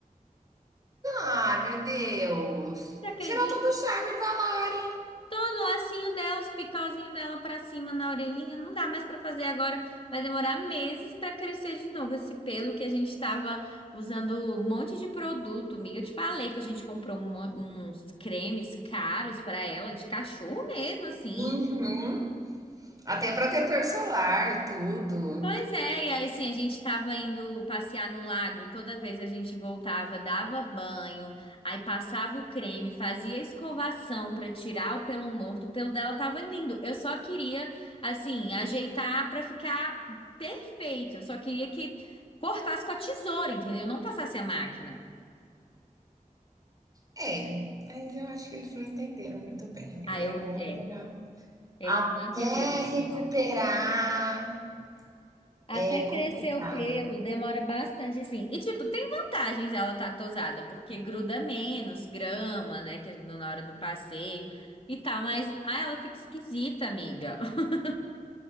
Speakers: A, on the right; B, on the left.
A: Ai, meu Deus.
B: Já acredito.
A: Tirou todo o charme da Lari.
B: Tô lacinho dela, os pitozinhos dela pra cima na orelhinha. Não dá mais pra fazer agora. Vai demorar meses pra crescer de novo esse pelo que a gente tava usando um monte de produto, amiga. Eu te falei que a gente comprou um mon- uns cremes caros pra ela, de cachorro mesmo, assim.
A: Uhum. Até protetor solar, tudo.
B: Pois é, e aí assim, a gente tava indo passear no lago, toda vez a gente voltava, dava banho, aí passava o creme, fazia escovação pra tirar o pelo morto, o pelo dela tava lindo. Eu só queria, assim, ajeitar pra ficar perfeito. Eu só queria que cortasse com a tesoura, entendeu? Não passasse a máquina.
A: É, mas eu acho que eles não entenderam muito bem, né?
B: Aí
A: E
B: eu,
A: agora,
B: é, eles
A: até
B: não entenderam,
A: recuperar
B: amiga. Até
A: é
B: crescer
A: complicado.
B: o pelo, demora bastante assim. E tipo, tem vantagens ela tá tosada, porque gruda menos grama, né, que é no- na hora do passeio e tal, mas ah, ela fica esquisita, amiga. <laughs>